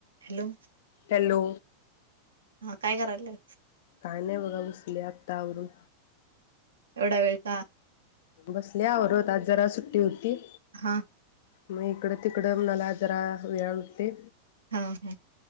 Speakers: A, on the right; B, on the left.
A: <inaudible> हॅलो
B: हॅलो
A: काय करायलीस?
B: काय नाही बघा बसले आत्तावरून
A: एवढा वेळ का?
B: बसले आवरत आज जरा सुट्टी होती.
A: हा
B: मग इकडं तिकडं मला जरा वेळा होते.
A: हा हा.